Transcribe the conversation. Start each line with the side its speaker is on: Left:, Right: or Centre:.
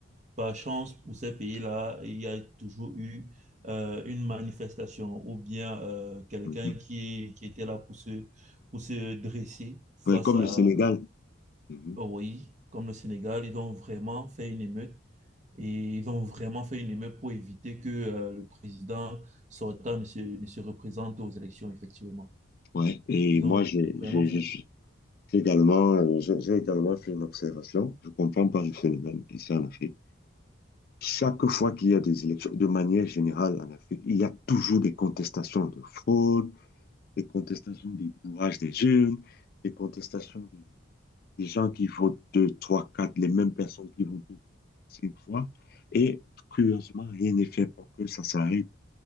Right: par chance, pour ces pays-là, il y a toujours eu euh, une manifestation ou bien euh, quelqu'un
Left: mhm.
Right: qui, qui était là pour se, pour se dresser face
Left: Ouais, comme
Right: à,
Left: le Sénégal. Mhm.
Right: oui, comme le Sénégal, ils ont vraiment fait une émeute et ils ont vraiment fait une émeute pour éviter que euh, le président sortant ne se, ne se représente aux élections, effectivement.
Left: Ouais. Et
Right: Ils
Left: moi,
Right: ont
Left: j'ai
Right: vraiment
Left: j'ai-
Right: fait
Left: j'ai- j'ai également, euh, j'ai j'ai également fait une observation. Je comprends pas le phénomène ici en Afrique. Chaque fois qu'il y a des élections, de manière générale en Afrique, il y a toujours des contestations de fraude, des contestations du bourrage des jeunes, des contestations des, des gens qui votent deux, trois, quatre, les mêmes personnes qui votent deux, cinq fois. Et curieusement, rien n'est fait pour que ça s'arrête.